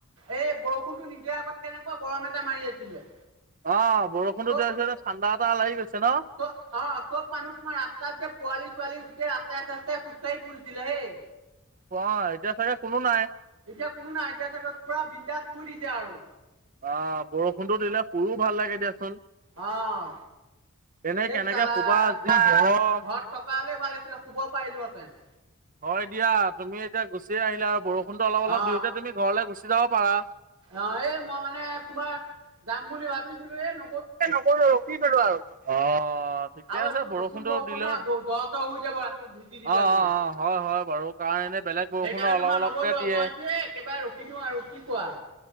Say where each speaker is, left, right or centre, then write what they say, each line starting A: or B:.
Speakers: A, on the right; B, on the right.
A: এই বৰষুণতটো নিদিয়া আগত কেনেকুৱা গৰম এটা মাৰি আছিলে।
B: অ বৰষুণতো
A: চব
B: দে হৈছে ঠাণ্ডা এটা লাগি গৈছে ন।
A: চ অ চব মানুহ তোমাৰ ৰাস্তাত যে পোৱালি ছোৱালি। ৰাস্ত চাস্তাই খোজ কাঢ়ি ফুইছিলে হেই।
B: ক এতিয়া চাগে কোনো নাই।
A: এতিয়া কোনো নাই এতিয়া চাগত পুৰা বিন্দাস শুই দিছে আৰু।
B: অ বৰষুণতো দিলে শুইয়ো ভাল লাগে দিয়াচোন।
A: অহ
B: এনে
A: সেই
B: কেনেকে
A: তালা
B: শুবা
A: ঘৰত
B: যি গৰম।
A: ঘ-ঘৰত থকা হলে ভাল আছিলে শুব পাৰিলো হেতেন।
B: হয় দিয়া তুমি এতিয়া গুচিয়ে আহিলা আৰু বৰষুণতটো অলপ অলপ
A: অ
B: দিওঁতে তুমি ঘৰলৈ গুচি যাব পাৰা।
A: অ এই মই মানে তোমাৰ যাম বুলি ভাবিছিলো এ ন
B: নগলো আৰু ৰখি গলো আৰু অ। অ ঠিকে
A: আৰু
B: আছে
A: এইটো
B: বৰষুণটো
A: নতুন বৰষুণ
B: দিলেও
A: না দ চৰ হৈ যাব ৰাতি ভিজি দিলে
B: অ অ
A: মানে।
B: অ হয় হয় বাৰু। কাৰ এনে বেলেগ বৰষুণৰ
A: সেইকাৰণে
B: অলপ
A: তোমাৰ
B: অলপকে
A: নগলো
B: দিয়ে।
A: মই এইটোৱে একেবাৰে ৰখি দিওঁ আৰু কি কোৱা?